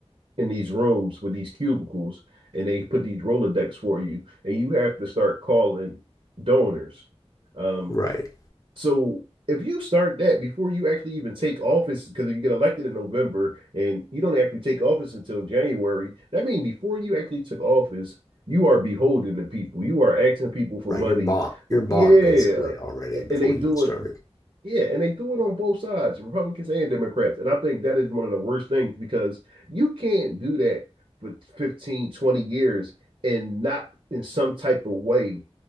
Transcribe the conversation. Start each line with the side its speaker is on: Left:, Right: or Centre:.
Right: in these rooms with these cubicles and they put these Rolodex for you and you have to start calling donors. Um,
Left: <laughs> right?
Right: so if you start that before you actually even take office, because if you get elected in November and you don't actually take office until January, that means before you actually took office, you are beholden to people. You are asking people for
Left: Right.
Right: money.
Left: You're bought.
Right: Yeah.
Left: You're bought basically already before
Right: And they do
Left: you even started.
Right: it yeah, and they do it on both sides, Republicans and Democrats. And I think that is one of the worst things because you can't do that for 15, 20 years and not in some type of way